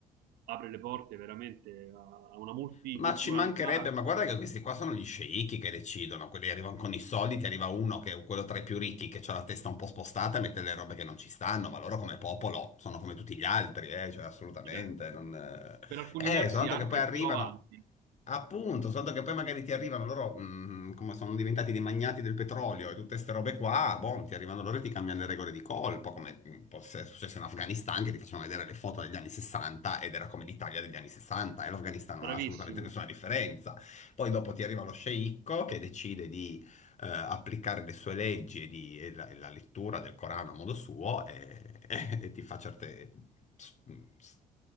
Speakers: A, on the right (about 70°); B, on the left (about 45°).
A: apre le porte veramente a a una multiculturalità,
B: Ma ci mancherebbe, ma guarda che questi qua sono gli sceicchi che decidono, quelli arrivano con i soldi, ti arriva uno che è quello tra i più ricchi che ha la testa un po' spostata e mette le robe che non ci stanno, ma loro come popolo sono come tutti gli altri, eh, cioè assolutamente,
A: cioè,
B: non... eh.
A: per alcuni versi
B: Eh, soltanto
A: anche
B: che poi arrivano,
A: più avanti.
B: appunto, soltanto che poi magari ti arrivano loro, mm, come sono diventati dei magnati del petrolio e tutte queste robe qua, boh, ti arrivano loro e ti cambiano le regole di colpo, come mm, può essere successo in Afghanistan, che ti facevano vedere le foto degli anni 60 ed era come l'Italia degli anni 60 e l'Afghanistan non
A: Bravissimo,
B: ha assolutamente nessuna differenza. Poi dopo ti arriva lo sceicco che decide di eh, applicare le sue leggi e, di- e la, e la lettura del Corano a modo suo e, <laughs> e ti fa certe s- s-